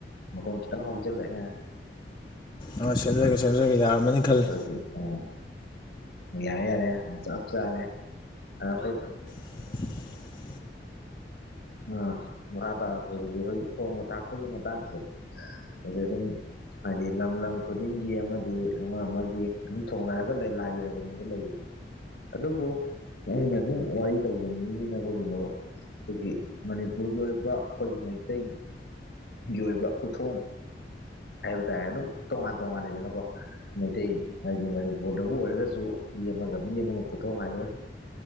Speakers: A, on the left; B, on the left.
A: ꯃꯈꯣꯟ ꯈꯤꯇꯪ ꯍꯧꯖꯤꯜꯂꯛꯑꯦ
B: ꯑꯥ ꯁꯦꯝꯖꯒꯦ ꯁꯦꯝꯖꯒꯦ ꯌꯥꯔꯝꯃꯅꯤ ꯈꯜꯂꯤ
A: <unintelligible> ꯌꯥꯔꯦ ꯌꯥꯔꯦ ꯆꯞ ꯆꯥꯔꯦ ꯑꯥ ꯑꯈꯣꯏ
B: <inaudible>
A: ꯑꯥ ꯃꯈꯥ ꯇꯥꯔꯛꯄꯖꯤꯗꯤ ꯅꯪ ꯊꯣꯡꯕ ꯊꯥꯛꯄꯒꯤ ꯃꯇꯥꯡꯁꯦ ꯑꯣꯢꯖꯒꯅꯤ ꯍꯥꯏꯗꯤ ꯂꯝ ꯂꯝ ꯈꯨꯗꯤꯡꯒꯤ ꯑꯃꯥꯗꯤ ꯑꯃꯥ ꯑꯃꯥꯒꯤ ꯑꯗꯨꯝ ꯊꯣꯡꯅꯔꯒ ꯂꯦꯂꯥꯏꯔꯕꯅꯦꯕ ꯂꯩꯕꯗꯤ ꯑꯗꯨꯕꯨ ꯃꯣꯏꯅ ꯁꯨꯝ ꯋꯥꯔꯤ ꯇꯧꯖꯅꯤꯡꯉꯤꯅ ꯑꯩꯈꯣꯏꯒꯤ ꯃꯔꯨꯞ ꯑꯩꯈꯣꯏꯒꯤ ꯃꯅꯤꯄꯨꯔꯒꯤ ꯑꯣꯏꯕ ꯑꯩꯈꯣꯏꯒꯤ ꯃꯩꯇꯩ ꯒꯤ ꯑꯣꯏꯕ ꯈꯨꯊꯣꯡ ꯍꯥꯏꯕ ꯇꯥꯔꯦ ꯑꯗꯨꯝ ꯇꯣꯉꯥꯟ ꯇꯣꯉꯥꯟꯂꯤꯗꯅꯀꯣ ꯃꯩꯇꯩ ꯍꯥꯏꯗꯤ ꯃꯅꯤꯄꯨꯔꯗꯕꯨ ꯑꯣꯏꯔꯒꯁꯨ ꯃꯤ ꯑꯃꯥꯒ ꯃꯤ ꯑꯃꯨꯒ ꯈꯨꯊꯣꯡ ꯍꯥꯏꯕ